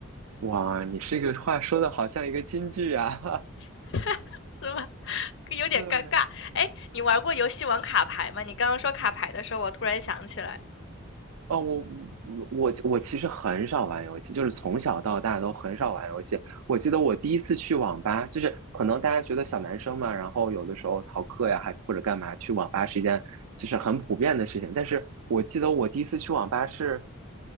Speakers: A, on the right; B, on the left.
A: 哇，你这个话说的好像一个金句啊，
B: <laughs> 是吧？有点尴尬。
A: <laughs> 对。
B: 哎，你玩过游戏玩卡牌吗？你刚刚说卡牌的时候，我突然想起来，
A: 哦，我我我其实很少玩游戏，就是从小到大都很少玩游戏。我记得我第一次去网吧，就是可能大家觉得小男生嘛，然后有的时候逃课呀，还或者干嘛，去网吧是一件就是很普遍的事情。但是我记得我第一次去网吧是